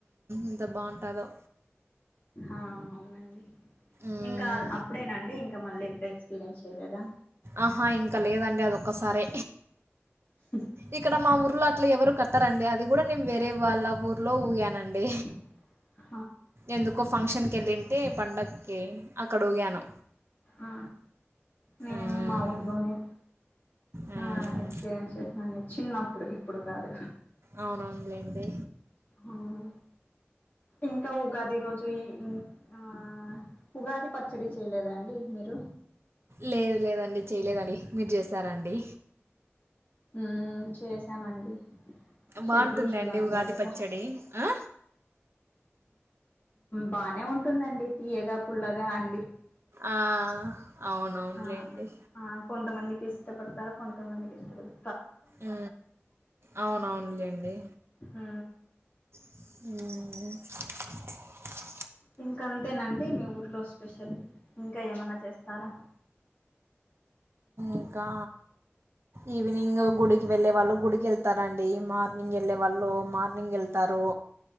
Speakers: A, on the right; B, on the left.
A: ఎంత బాగుంటాదో
B: ఆ అవునండి
A: మ్మ్.
B: ఇంకా అప్పుడేనండి ఇంకా మళ్ళీ ఎప్పుడు ఎక్స్పీరియన్స్ చేయలేదా
A: ఆహా ఇంకా లేదండి అదొక్కసారే
B: హు <inaudible>
A: ఇక్కడ మా ఊర్లో అట్లా ఎవరు కట్టారండి అది కూడా నేను వేరే వాళ్ళ ఊర్లో ఊగానండి
B: అ <inaudible>
A: ఎందుకో ఫంక్షన్కి యెళ్ళింటే పండక్కి అక్కడ ఊగాను
B: ఆ నేను
A: మ్మ్.
B: మా ఊర్లోనే
A: మ్మ్.
B: ఆ ఎక్స్పీరియన్స్ చేసిన నే చిన్నప్పుడు ఇప్పుడు కాదు
A: అవుననులేండి
B: అవును ఇంకా ఉగాది రోజు ఇ ఆ ఉగాది పచ్చడి చేయలేదా అండి మీరు
A: లేదు లేదండి చేయలేదండి మీరు చేస్తారాండి.
B: ఉ చేసామండి షెడ
A: బాగుంటుంది
B: రుచులు
A: అండి
B: అంటారు
A: ఉగాది
B: కదా
A: పచ్చడి ఆ?
B: బానే ఉంటుందండి తీయగా, పుల్లగా అం
A: ఆ అవునవునులేండి
B: ఆ ఆ కొంతమందికి ఇష్టపడతారు కొంతమందికి ఇష్టంఉండదు
A: ఉ అవునవునులేండి
B: ఆ
A: <unintelligible>
B: ఇంక అంతేనండి మీ ఊరిలో స్పెషల్ ఇంకా ఏమన్నా చేస్తారా,
A: ఇంకా ఈవినింగ్ గుడికి వెళ్లే వాళ్ళు గుడికి వెళ్తారండి, మార్నింగ్ వెళ్ళే వాళ్ళు మార్నింగ్ వెళ్త తారు